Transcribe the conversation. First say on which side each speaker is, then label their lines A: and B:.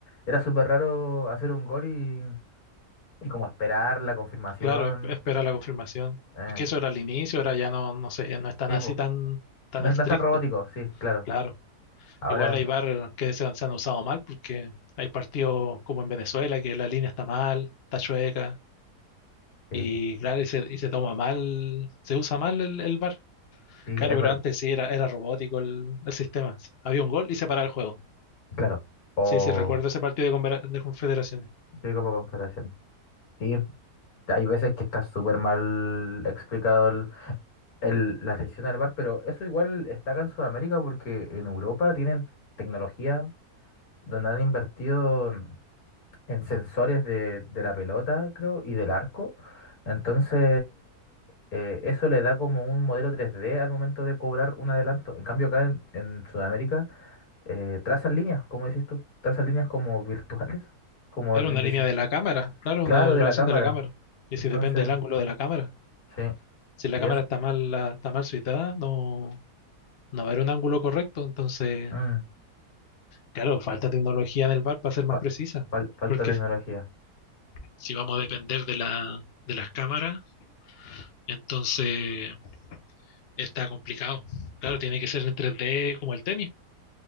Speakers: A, on the left; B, on the left.
A: era súper raro hacer un gol y, y como esperar la confirmación.
B: Claro, es- espera la confirmación.
A: Eh,
B: Y que eso era al inicio, ahora ya no, no sé, no es tan
A: sí,
B: así
A: po.
B: tan, tan
A: No,
B: estricto.
A: es no es tan robótico, sí, claro.
B: Claro.
A: Ahora,
B: Igual hay bar que se han, se han usado mal porque hay partidos como en Venezuela que la línea está mal, está chueca
A: sí,
B: y claro, y se, y se toma mal, se usa mal el, el bar
A: sí,
B: Claro,
A: es
B: pero
A: verdad,
B: antes sí era, era robótico el, el sistema. Había un gol y se paraba el juego.
A: claro. O.
B: Sí, sí, recuerdo ese partido de, Convera- de Confederaciones.
A: Sí, Copa Confederación. Sí, hay veces que está súper mal explicado el- la decisión del bar pero eso igual está acá en Sudamérica porque en Europa tienen tecnología donde han invertido en sensores de, de la pelota, creo, y del arco. Entonces, eh, eso le da como un modelo tres d al momento de cobrar un adelanto. En cambio, acá en, en Sudamérica, eh, trazan líneas, como decís tú, trazan líneas como virtuales, como
B: Claro,
A: en
B: una
A: deci-
B: línea de la cámara, claro,
A: Claro,
B: una grabación
A: de la cámara.
B: de la cámara. Y
A: Entonces,
B: si depende del ángulo de la cámara.
A: sí,
B: Si la
A: y
B: cámara
A: es
B: está mal, la- está mal situada, no, no va a haber un ángulo correcto. Entonces,
A: mm,
B: claro, falta tecnología en el bar para ser más
A: fa-
B: precisa.
A: fal- falta
B: Porque
A: tecnología.
B: si vamos a depender de la, de las cámaras, entonces está complicado. Claro, tiene que ser en 3D como el tenis.